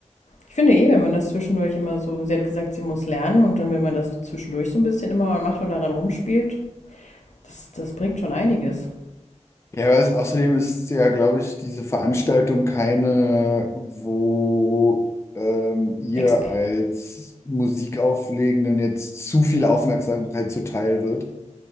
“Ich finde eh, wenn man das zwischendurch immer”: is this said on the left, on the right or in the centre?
Left